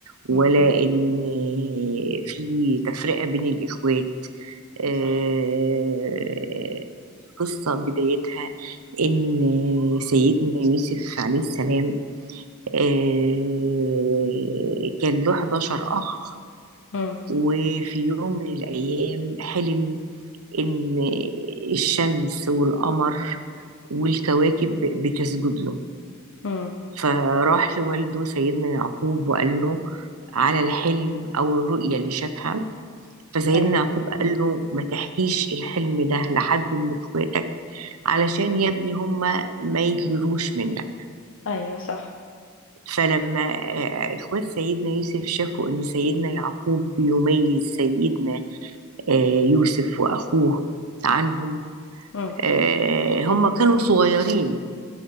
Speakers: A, on the right; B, on the left.
A: ولا
B: مم.
A: ان في تفرقة بين الاخوات آه،
B: صح
A: القصة بدايتها ان سيدنا يوسف عليه السلام آه، كان له 11 اخ
B: مم.
A: وفي يوم من الايام حلم ان الشمس والقمر والكواكب بتسجد له
B: مم.
A: فراح لوالده سيدنا يعقوب وقال له على الحلم أو الرؤية اللي شافها فسيدنا
B: ايوه
A: يعقوب قال له ما تحكيش الحلم ده لحد من اخواتك علشان يا ابني هما ما يجروش منك
B: ايوه صح
A: فلما آه، اخوات سيدنا يوسف شافوا ان سيدنا يعقوب بيميز سيدنا آه، يوسف واخوه عنهم
B: امم
A: آه، هم كانوا صغيرين